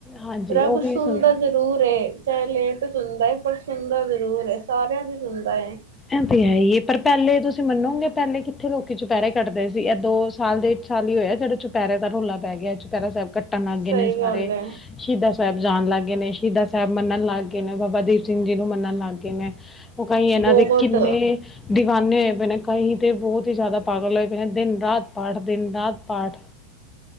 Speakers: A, on the left; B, on the right.
A: ਹਾਂਜੀ
B: ਰੱਬ
A: ਉਹ ਵੀ
B: ਸੁੁੰਦਾ
A: ਸੁਣਿਆ
B: ਜ ਰੂਰ ਏ ਚਾਹੇ ਲੇਟ ਸੁਣਦਾ ਪਰ ਸੁਣਦਾ ਜ਼ਰੂਰ ਏ ਸਾਰਿਆਂ ਦੀ ਸੁਣਦਾ ਏ।
A: ਐ ਤੇ ਹੈ ਈ ਐ ਪਰ ਪੈਲੇ ਤੁਸੀਂ ਮੰਨੋਗੇ ਪੈਲੇ ਕਿੱਥੇ ਲੋਕੀ ਚੁਪੈਰੇ ਕੱਟਦੇ ਸੀ ਐ ਦੋ ਸਾਲ ਡੇਢ ਸਾਲ ਈ ਹੋਇਆ ਜੇੜਾ ਚੁਪੈਰੇ ਦਾ ਰੋਲਾ ਪੈ ਗਿਆ ਚੁਪੈਰਾ ਸੈਬ ਕੱਟਣ ਲੱਗ ਗਏ
B: ਸਹੀ
A: ਨੇ ਸਾਰੇ।
B: ਗੱਲ ਏ
A: ਸ਼ਹੀਦਾਂ ਸਾਬ ਜਾਣ ਲੱਗ ਗੇ ਨੇ ਸ਼ਹੀਦ ਸਾਬ ਮੰਨਣ ਲੱਗ ਗਏ ਨੇ ਬਾਬਾ ਦੀਪ ਸਿੰਘ ਜੀ ਨੂੰ ਮੰਨਣ ਲੱਗ ਗਏ ਨੇ। ਓ ਕਈ ਇਨਾਂ
B: ਬਹੁਤ
A: ਦੇ ਕਿੰਨੇ ਦੀਵਾਨੇ ਹੋਏ ਪਏ ਨੇ ਕਈ ਤੇ ਬੋਤ ਈ ਜਾਦਾ ਪਾਗਲ ਹੋਏ ਪਏ ਨੇ ਦਿਨ ਰਾਤ ਪਾਠ ਦਿਨ ਰਾਤ ਪਾਠ।